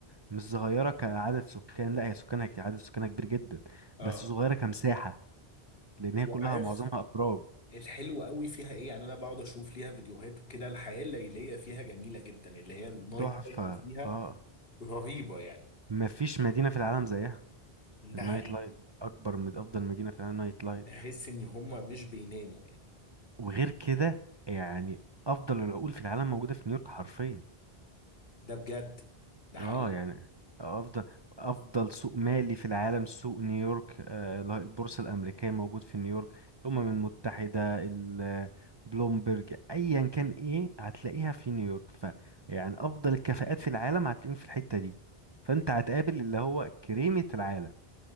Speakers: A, on the right; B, on the left.
A: مش صغيرة كعدد سكان لا هي سكانها كتير عدد سكانها كبير جدا
B: اه
A: بس صغيرة كمساحة لان هي
B: وعارف
A: كلها معظمها ابراج
B: الحلو قوي فيها ايه يعني انا بقعد اشوف ليها فيديوهات وكده الحياه الليليه فيها جميله جدا اللي هي النايت
A: تحفة
B: لايف فيها
A: اه
B: رهيبه يعني
A: مفيش مدينة في العالم زيها
B: ده
A: في النايت
B: حقيقي
A: لايف أكبر من أفضل مدينة في العالم نايت لايف
B: تحس ان هم مش بيناموا يعني
A: وغير كده يعني أفضل العقول في العالم موجودة في نيويورك حرفيا
B: ده بجد ده حقيقي
A: اه يعني أفضل أفضل سوق مالي في العالم سوق نيويورك آه لا- البورصة الأمريكية موجود في نيويورك الأمم
B: امم
A: المتحدة ال- بلومبرج أيا كان إيه هتلاقيها في نيويورك ف يعني أفضل الكفاءات في العالم هتلاقيهم في الحتة دي فأنت هتقابل اللي هو كريمة العالم